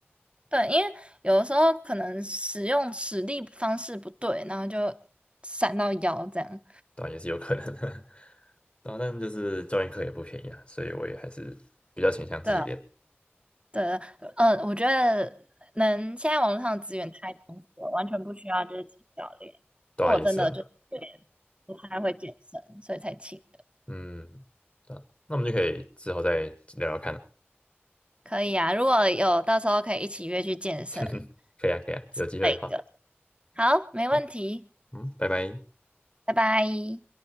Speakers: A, on the right; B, on the left.
A: 对，因为有的时候可能使用使力方式不对，然后就闪到腰这样。
B: 对啊，也是有可能的。<laughs> 对啊，但就是教练课也不便宜啊，所以我也还是比较倾向自己练。
A: 对。对，嗯，我觉得能，现在网络上的资源太丰富了，完全不需要就是请教练。
B: 对啊，
A: 我真的就有点不太会健身，
B: 也是啊，
A: 所以才请的。
B: 嗯，对啊，那我们就可以之后再聊聊看了。
A: 可以啊，如果有到时候可以一起约去健身
B: <laughs> 可以啊，可以啊，
A: 之类的。
B: 有机会的话，
A: 好，没问题，
B: 好，嗯，拜拜。
A: 拜拜。